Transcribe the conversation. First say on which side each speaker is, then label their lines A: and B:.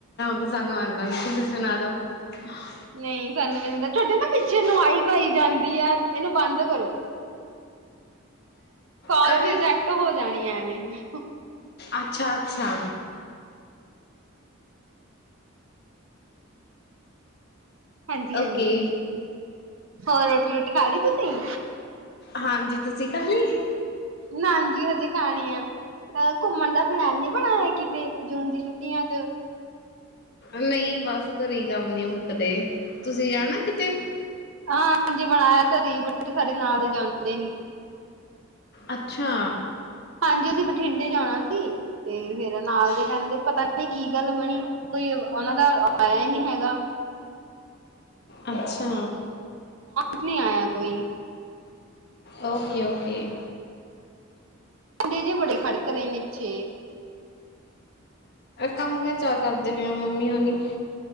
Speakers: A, on the left; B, on the right.
A: ਤਾਂ ਸਾਨੂੰ ਆਉਂਦਾ ਤੁਸੀਂ ਸੁਣਾ ਦੋ ਹ
B: ਨਹੀਂ ਸਾਨੂੰ ਵੀ ਨਹੀ ਆਦਾ, ਤੁਹਾਡੇ ਨਾ ਪਿੱਛੇ ਨੁਈ ਪਾਈ ਜਾਂਦੀ ਆ ਇਹਨੂੰ ਬੰਦ ਕਰੋ ਕਾਲ
A: ਕਦੀ
B: ਰਿਜੈਕਟ ਹੋ ਜਾਣੀ ਹੈ ਐਵੇਂ
A: ਅੱਛਾ ਅੱਛਾ
B: ਹਾਂਜੀ ਹਾਂਜੀ
A: ਓਕੇ
B: ਹੋਰ ਰੋਟੀ ਰੋਟੀ ਖਾ ਦੀ ਤੁਸੀਂ
A: ਹਾਂਜੀ ਤੁਸੀਂ ਖਾ ਲਈ?
B: ਨਾਜੀ, ਹਜੇ ਖਾਣੀ ਆ ਅਹ ਘੁੰਮਣ ਦਾ ਪਲੈਨ ਨੀ ਬਣਾਇਆ ਹੈ ਕਿਤੇ ਜੂਨ ਦੀ ਛੁੱਟੀਆਂ ਚ,
A: ਨਹੀਂ ਬਸ ਘਰੇ ਕੰਮ ਨੀ ਮੁੱਕਦੇ, ਤੁਸੀਂ ਜਾਣਾ ਕਿਤੇ?
B: ਹਾਂ, ਹਾਂਜੀ ਬਣਾਇਆ ਤਾਂ ਸੀ ਬਟ ਸਾਡੇ ਨਾਲ ਤੇ ਜਦੇ ਨੀ।
A: ਅੱਛਾ,
B: ਹਾਂਜੀ ਅਸੀਂ ਬਠਿੰਡੇ ਜਾਣਾ ਸੀ ਤੇ, ਫੇਰ ਨਾਲ ਦੇ ਕਹਿੰਦੇ ਪਤਾ ਕੀ ਗੱਲ ਬਣੀ ਕੋਈ ਉਹਨਾ ਦੀ, ਆਇਆ ਨਹੀਂ ਹੈਗਾ।
A: ਅੱਛਾ,
B: ਕੁ ਨਹੀਂ ਆਇਆ ਕੋਈ,
A: ਓਕੇ ਓਕੇ,
B: ਡੇ ਜੇ ਬੜੇ ਖੜਕ ਰਹੇ ਨੇ ਪਿੱਛੇ,
A: ਕੰਮ ਕਾਰ ਚਾਰ ਕਰਦੇ ਪਏ ਮੰਮੀ ਔਣੀ,